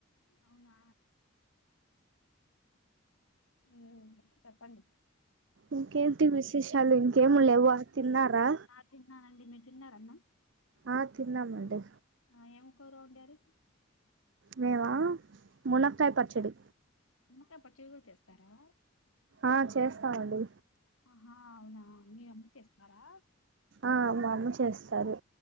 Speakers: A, on the left (about 85°); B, on the right (about 60°).
A: అవునా ఉ చెప్పండి
B: ఇంకేంటి విశేషాలు ఇంకేం లేవా తిన్నారా
A: ఆ తిన్నానండి మీర్ తిన్నారన్న
B: ఆ తిన్నామండి
A: ఆ ఏంకోరు వండారు
B: మేవా మునక్కాయ పచ్చడి
A: నిమ్మకాయ పచ్చ చేస్తారా
B: ఆ చేస్తామండి
A: ఆహా అవునా మీ అమ్ చేస్తారా
B: ఆ మా అమ్ చేస్తారు